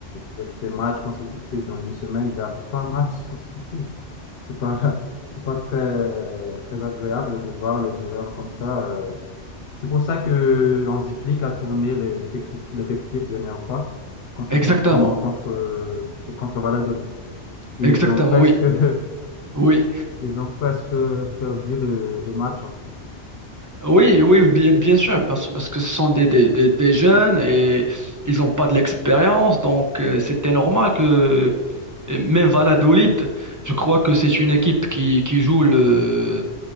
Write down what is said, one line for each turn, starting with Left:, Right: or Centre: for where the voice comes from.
Left: avec des matchs consécutifs dans une semaine, il y a trois matchs consécutifs. C'est pas, <laughs> c'est pas très, très agréable de voir les joueurs comme ça. euh. C'est pour ça que Hansi Flick a tourné les- l'effectif, l'effectif dernière fois concernant,
Right: Exactement.
Left: con- contre, contre Valladolid. Ils
Right: Exactement,
Left: ont presque,
Right: oui.
Left: <laughs>
Right: Oui,
Left: ils ont presque perdu le, le match, en fait.
Right: oui, oui, bien, bien sûr, parce, parce que ce sont des, des, des, des jeunes et ils n'ont pas de l'expérience, donc euh, c'était normal que et même Valladolid, je crois que c'est une équipe qui, qui joue le,